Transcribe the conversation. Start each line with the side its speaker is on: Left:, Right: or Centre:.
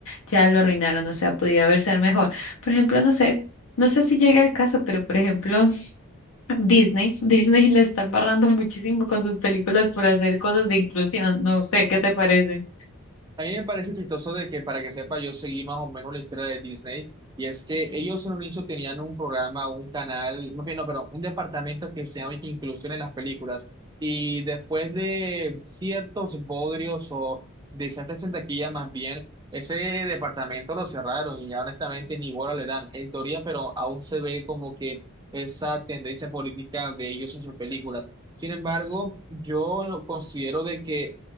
Left: ya lo arruinaron, o sea, podía haber ser mejor. Por ejemplo, no sé, no sé si llega el caso, pero por ejemplo, Disney, <laughs> Disney le está embarrando muchísimo con sus películas por hacer cosas de inclusión, no sé, ¿qué te parece?
Right: A mí me parece chistoso de que, para que sepa, yo seguí más o menos la historia de Disney, y es que ellos en un inicio tenían un programa, un canal, no, bien, no, perdón, un departamento que se llama Inclusión en las películas, y después de ciertos bodrios o desastres en taquilla más bien, ese departamento lo cerraron y ya honestamente ni bola le dan, en teoría, pero aún se ve como que esa tendencia política de ellos en sus películas. Sin embargo, yo lo considero de que